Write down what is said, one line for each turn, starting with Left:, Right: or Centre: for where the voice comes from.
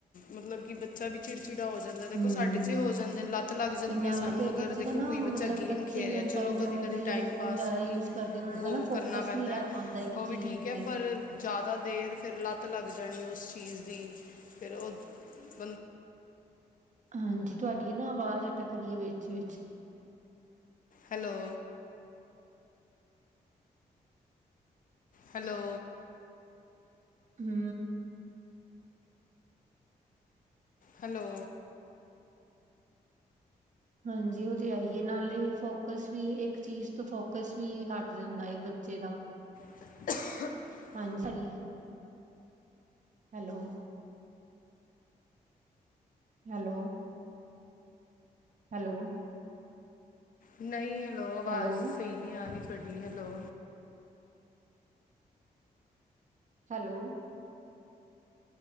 Left: ਮਤਲਬ ਕਿ ਬੱਚਾ ਵੀ ਚਿੜਚਿੜਾ ਹੋ ਜਾਂਦਾ ਦੇਖੋ
Right: ਹਮ
Left: ਸਾਡੇ ਹੋ ਜਾਂਦੇ ਨੇ ਲੱਤ ਲੱਗ ਜਾਂਦੀ
Right: ਨਾਲੇ
Left: ਹੈ। ਸਾਨੂੰ
Right: ਫੇਰ
Left: ਅਗਰ
Right: ਬੱਚੇ
Left: ਦੇਖੋ
Right: ਦਾ ਨਾ
Left: ਕੋਈ
Right: ਮਤਲਬ
Left: ਬੱਚਾ ਗੇਮ
Right: ਬੱਚੇ
Left: ਖੇਲਿਆ
Right: ਵੀ ਹੋਣ ਚਾਹੇ
Left: ਚਲੋ
Right: ਜੋ
Left: ਕਦੀ
Right: ਮਰਜੀ
Left: ਕਦੀ ਟਾਈਮ
Right: ਜਿਹੜੇ ਫੋਨ
Left: ਪਾਸ
Right: ਜ਼ਿਆਦਾ
Left: ਵੀ
Right: ਯੂਜ ਕਰਦੇ ਨੇ ਉਹਨਾਂ
Left: ਹੋ
Right: ਦਾ ਨਾ ਫੋਕਸ
Left: ਕਰਨਾ ਪੈਂਦਾ
Right: ਨਹੀਂ ਰਹਿ ਪਾਉਂਦਾ ਇੱਕ
Left: ਉਹ
Right: ਚੀਜ਼
Left: ਵੀ ਠੀਕ
Right: ਉੱਤੇ
Left: ਹੈ ਪਰ ਜ਼ਿਆਦਾ ਦੇਰ ਫਿਰ ਲੱਤ ਲੱਗ ਜਾਣੀ ਉਸ ਚੀਜ਼ ਦੀ ਫਿਰ ਉਹ ਬੰਦਾ
Right: ਹਾਂਜੀ। ਤੁਹਾਡੀ ਆ ਨਾ ਆਵਾਜ਼ ਅਟਕ ਰਹੀ ਹੈ ਵਿੱਚ ਵਿੱਚ
Left: ਹੈਲੋ। ਹੈਲੋ,
Right: ਹੂੰ,
Left: ਹੈਲੋ,
Right: ਹਾਂਜੀ ਉਹ ਤੇ ਆਈਏ ਨਾਲੇ, ਫੋਕਸ ਵੀ ਇੱਕ ਚੀਜ਼ ਤੋਂ ਫੋਕਸ ਵੀ ਹਟ ਜਾਂਦਾ ਹੈ ਬੱਚੇ ਦਾ
Left: <unintelligible>
Right: ਹਾਂਜੀ ਸ ਹੈਲੋ, ਹੈਲੋ, ਹੈਲੋ,
Left: ਨਹੀਂ, ਲੋ ਆਵਾਜ਼
Right: ਹੈਲੋ
Left: ਸਹੀ ਨੀ ਆ ਰਹੀ, ਵਡੀ ਹੈਲੋ,
Right: ਹੈਲੋ,